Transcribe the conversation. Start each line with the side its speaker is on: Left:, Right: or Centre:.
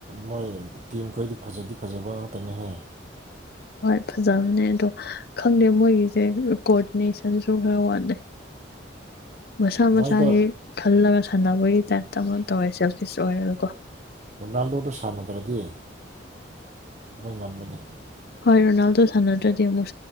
Right: ꯃꯣꯏ ꯇꯤꯝ ꯈꯣꯏꯗꯤ ꯐꯖꯗꯤ ꯐꯖꯕ ꯉꯥꯛꯇꯅꯦꯍ
Left: ꯍꯣꯏ ꯐꯖꯕꯅꯦ ꯑꯗꯣ ꯈꯪꯗꯦ ꯃꯣꯏꯒꯤꯁꯦ ꯀꯣꯑꯣꯗꯤꯅꯦꯁꯟꯁꯨ ꯈꯔ ꯋꯥꯠꯂꯦ ꯃꯁꯥ
Right: ꯃꯣꯏꯗꯣ
Left: ꯃꯁꯥꯒꯤ ꯈꯜꯂ ꯁꯥꯟꯅꯕꯒꯤ ꯇꯥꯏꯞꯇ ꯑꯃꯨꯛ ꯇꯧꯔꯦ ꯁꯔꯐꯤꯁ ꯑꯣꯏꯔꯒꯀꯣ
Right: ꯔꯣꯅꯥꯜꯗꯣꯗ ꯁꯥꯟꯅꯗ꯭ꯔꯗꯤ ꯃꯣꯏ ꯉꯝꯒꯅꯤ
Left: ꯍꯣꯏ ꯔꯣꯅꯥꯜꯗꯣ ꯁꯥꯟꯅꯗ꯭ꯔꯗꯤ ꯑꯃꯨꯛ